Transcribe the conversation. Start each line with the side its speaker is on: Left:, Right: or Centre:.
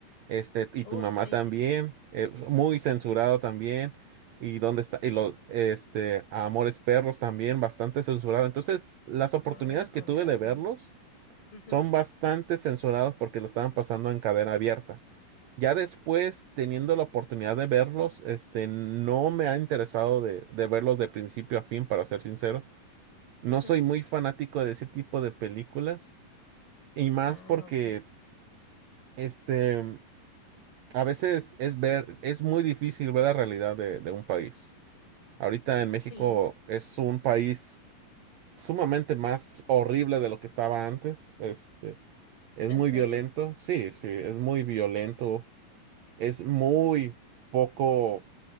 Right: Este, y
Left: Oh,
Right: tu mamá
Left: sí.
Right: también, eh, muy censurado también. Y dónde está, y lo, este, Amores Perros también, bastante censurado. Entonces, las oportunidades
Left: Ah,
Right: que
Left: con
Right: tuve
Left: razón.
Right: de verlos
Left: Ujú,
Right: son bastante censurados porque lo estaban pasando en cadena abierta. Ya después, teniendo la oportunidad de verlos, este, no me ha interesado de, de verlos de principio a fin, para ser sincero. No
Left: ujú.
Right: soy muy fanático de ese tipo de películas. Y más
Left: Ah,
Right: porque,
Left: ok.
Right: este. A veces es ver, es muy difícil ver la realidad de, de un país. Ahorita en México
Left: Sí,
Right: es un país sumamente más horrible de lo que estaba antes. Este, es
Left: ¿en
Right: muy
Left: serio?
Right: violento. Sí, sí, es muy violento. Es muy poco,